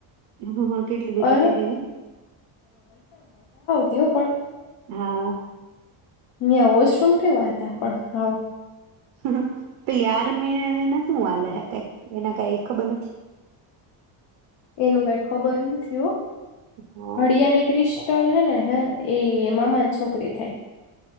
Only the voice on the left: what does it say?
અ
તેઓ પણ
મ્યાં વોશરૂમ કેવા હતા પણ હાવ.
એનું કઈ ખબર નથી હો.
હળિયા ક્રિશટલ હે ને. હા એ મામા છોકરી થાય.